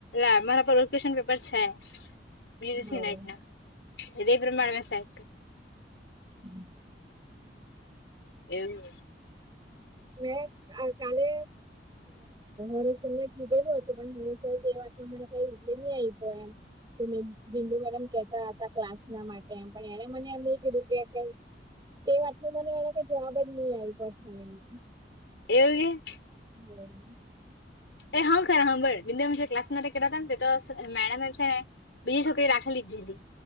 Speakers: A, on the left; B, on the right.
A: એ મારા પર ક્વેશન પેપર છે. બટના
B: હા
A: એ પ્રમાણેમાં સા
B: હમ.
A: એમ.
B: મે કાલે હવે સર કીધેલું હતું પણ હવે સર એ વાતમાં મને કઈ રીપ્લાઇ આવી ગ્યો એમ. બિંદુ મેડમ કેતા હતા ક્લાસ ના માટે એમ પણ એને મને આ એક રૂપિયા ક એ વાત ન મને એ કઈ જવાબ જ નહી આવ્યો છે.
A: એવગ.
B: હમ.
A: એ હા ખર હાબળ બિ જે ક્લાસ માં કે હતાને તો મેડમ એમ છે ને, બીજી છોકરી રાખી લીધી હતી.